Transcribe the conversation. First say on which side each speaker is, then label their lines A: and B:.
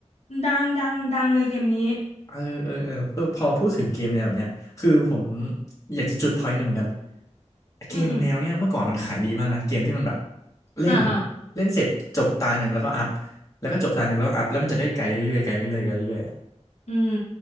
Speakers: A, on the left (about 65°); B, on the left (about 25°).
A: ดังดังดังเลยเกมนี้
B: เออเออเออเออพอพูดถึงเกมแนวแบบเนี้ยคือผมอยากจะจุดพอยต์หนึ่งเหมือนกันเกมแนวเนี้ยเมื่อก่อนมันขายดีมากนะเกมที่มันแบบ
A: อืมอืม
B: เล่น
A: อ่าอ่า
B: เล่นเสร็จจบตาหนึ่งแล้วก็อัพแล้วก็จบตาหนึ่งแล้วก็อัพแล้วมันจะได้ไกลเรื่อยๆไกลเรื่อยๆไกลเรื่อยๆอะ
A: อืม